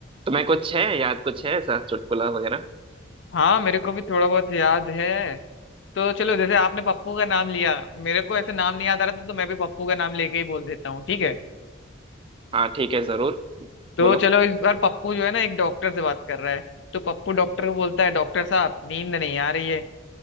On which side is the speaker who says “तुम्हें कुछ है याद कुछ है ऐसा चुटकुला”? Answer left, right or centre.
Right